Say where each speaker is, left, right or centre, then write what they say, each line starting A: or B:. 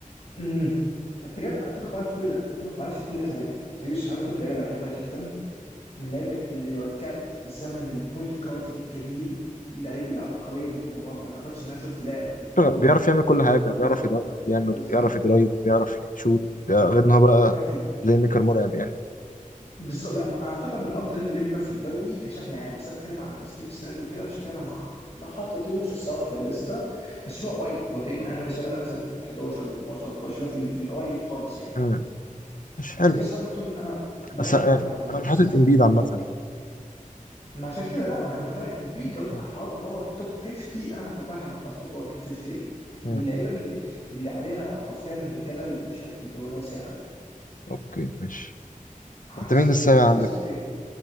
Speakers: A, on the left (about 45°); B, on the left (about 70°).
A: امم بجد اتفق معاك في كل ده اتفق معاك في كل ده تماما تايريس هاربرتون من اللعيبه اللي بحبها جدا من اللعيبه اللي رجعت زمن البوينت جارد الجميل اللعيب العبقريه بالكوره ما اعتقدش ان انا شفت لاعب بالقوه
B: <laughs>
A: بالقدره
B: بيعرف يعمل كل
A: دي
B: حاجه
A: في الكوره
B: بيعرف يدنك بيعمل
A: بالظبط
B: بيعرف يدرايف بيعرف يشوت بيع- غير ان هو بقى
A: بيعرف ي-
B: بلاي ميكر مرعب يعني
A: بالظبط لا اعتقد من افضل لعيبه البلاي ميكر في الدوري كشكل عام بس انا بتكلم على تصنيف السنه دي وكده عشان كده انا ما ما حطيتوش الصراحه في الليسته بس هو قريب هو تقريبا يعني أنا بالنسبه لي انا مثلا 11 12 13 اللي هو في في القريب خالص يعني
B: مم. مش حلو
A: تyrese هالبرتون انا من اللعيبه
B: بس
A: اللي
B: آه،
A: انا بحبها جدا
B: انا
A: الصراحه
B: مش حاطط امبيد عامه يعني
A: ما عشان كده لا انا متفاهم امبيد لو انت
B: مم.
A: حطيته بره التوب 50 انا هتفهم انت هتحطه بره التوب 50 ليه
B: مم.
A: من اللعيبه اللي اللي عليها حرفيا جدل بشكل واسع قوي
B: اوكي ماشي
A: عكس
B: انت مين
A: تريس
B: السابع
A: تريس
B: عندك؟
A: اوكي